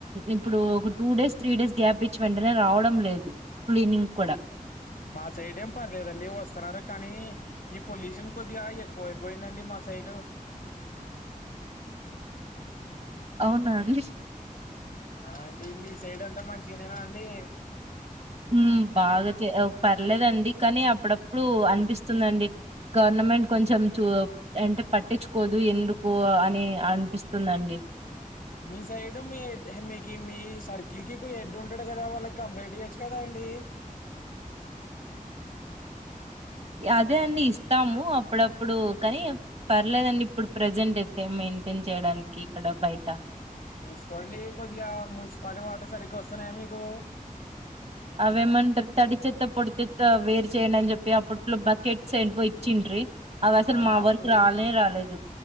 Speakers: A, on the right; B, on the left.
A: ఇప్పుడు ఒక two days three days gap ఇచ్చి వెంటనే రావడం లేదు. క్లీనింగ్ కూడా
B: మా సైడేమ్ పర్లేదండి వస్తున్నారు కానీ. ఈ పొల్యూషన్ కొద్దిగా ఎక్కువైపోయిందండి మా సైడ్.
A: అవునా, అండి.
B: ఆ అండి మీ సైడ్ ఎంత మంచిగనేనా అండి?
A: హ్మ్! బాగకే. పర్లేదండి కానీ అప్పుడప్పుడు అనిపిస్తుందండి, గవర్నమెంట్ కొంచెం చూ అంటే పట్టించుకోదు ఎందుకు అని అనిపిస్తుందండి?
B: మీ సైడ్ మీ మీకి మీ సర్కిల్ కి హెడ్ ఉంటాడు కదా, వాళ్ళకి కంప్లంట్ ఇయచ్చు కదా అండి.
A: అదే అండి, ఇస్తాము అప్పుడప్పుడు కానీ. పర్లేదండి ఇప్పుడు. ప్రజెంట్ అయితే మెయింటైన్ చేయడానికి ఇక్కడ బయట.
B: చూసుకోండి కొద్దిగా మున్సిపాలిటీ వాట సరిగ్గా వస్తున్నాయా మీకు?
A: అవేమంట తడి చెత్త పొడితేత్త వేరు చేయ్యడి అని చెప్పి అప్పట్లో బకెట్స్ అనయి ఇచ్చిండ్రి. అవసలు
B: ఆ
A: మా
B: అప్పుడు
A: వరకు రానే రాలేదు.